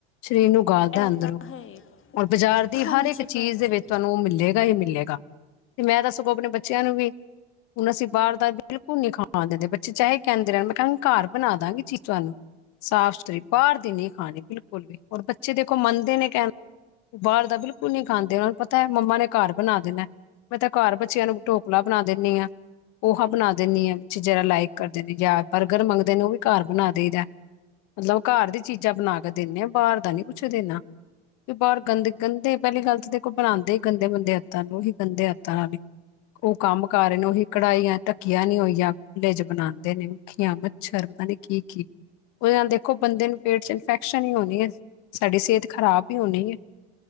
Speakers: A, on the left; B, on the left.
A: ਸਰੀਰ ਨੂੰ ਗਾਲ ਦਾ,
B: ਇਹ
A: ਅੰਦਰੋਂ
B: ਤਾਂ ਹੈ ਹੀ।
A: ਹੁਣ ਬਾਜ਼ਾਰ ਦੀ ਹਰ
B: ਹਾਂਜੀ
A: ਇੱਕ ਚੀਜ਼
B: ਭੈਣ
A: ਦੇ,
B: ਜੀ
A: ਵਿੱਚ ਤੁਹਾਨੂੰ ਮਿਲੇ ਹੀ ਮਿਲੇਗਾ ਤੇ ਮੈਂ, ਤਾਂ ਸਗੋਂ ਆਪਣੇ ਬੱਚਿਆਂ ਨੂੰ ਵੀ, ਹੁਣ ਅਸੀਂ ਬਾਹਰ ਦਾ ਬਿਲਕੁਲ ਨ ਨਹੀਂ ਖਾਣ ਦਿਦੇ ਚਾਹੇ ਕਹਿੰਦੇ ਰਹਿਣ ਮੈਂ ਕਿਹਾ ਘਰ ਬਣਾ ਦਾਂਗੀ ਚੀਜ਼ ਤੁਹਾਨੂੰ ਸਾਫ਼-ਸੁਥਰੀ ਬਾਹਰ ਦੀ ਨ ਹਾਂ ਜੀ ਬਿਲਕੁਲ-ਬਿਲਕੁਲ ਔਰ ਬੱਚੇ ਦੇਖੋ ਮਾਨਤੇ ਨਹੀਂ ਕਹਿਣਾ ਬਾਹਰ ਦਾ ਬਿਲਕੁਲ ਨਹੀ ਖਾਂਦੇ ਉਹਨਾਂ ਨੂੰ ਪਤਾ ਹੈ। ਮੰਮਾ ਨੇ ਘਰ ਬਣਾ ਦੇਣਾ ਮੈਂ, ਤਾਂ ਘਰ ਬੱਚਿਆਂ ਨੂੰ ਢੋਕਲਾ ਬਣਾ ਦਿੰਦੀ ਹਾਂ ਪੋਹਹ ਬਣਾ ਦਿੰਦੀ ਹਾਂ ਵਿੱਚ ਜਿਹਰਾ ਲਾਇਕ ਕਰਦੇ ਨੇ, ਯ ਬਰਗਰ ਮੰਗਦੇ ਨੇ ਉਹ ਵੀ ਘਰ ਬਣਾ ਦੇਈਦਾ ਮਤਲਬ ਘਰ ਦੀ ਚੀਜ਼ਾਂ ਬਣਾ ਕੇ, ਦਿੰਦੇ ਆ ਬਾਹਰ ਦਾ ਨੀ ਕੁੱਛ ਦੇਣਾ। ਬਹਾਰ ਗੰਦੇ-ਗੰਦੇ ਪਹਿਲੀ ਗੱਲ ਤਾਂ ਦੇਖੋ ਬਣਾਉਂਦੇ ਹੀ ਗੰਦੇ, ਬੰਦੇ ਆਤਾਂ ਨੂੰ ਹੀ ਗੰਦੇ ਆਤਾਂ ਨਾਲ ਹੀ ਉਹ ਕੰਮ ਕਰ ਰਹੇ ਨੇ, ਉਹੀ ਕੜਾਈਆਂ ਢੱਕੀਆਂ ਨੀ ਹੋਈਆਂ ਖੁੱਲੇ ਚ, ਬਣਾਦੇ ਨੇ, ਮੱਖੀਆਂ ਮੱਛਰ ਪਤਾ ਨਹੀਂ ਕੀ, ਕੀ ਉਹਦੇ ਨਾਲ ਦੇਖੋ ਬੰਦੇ ਨੂੰ ਪੇਟ ਚ, ਇਨਫੈਕਸ਼ਨ ਹੀ ਹੋਣੀ ਹੈ। ਸਾਡੀ ਸਿਹਤ ਖ਼ਰਾਬ ਹੀ ਹੋਣੀ ਹੈ!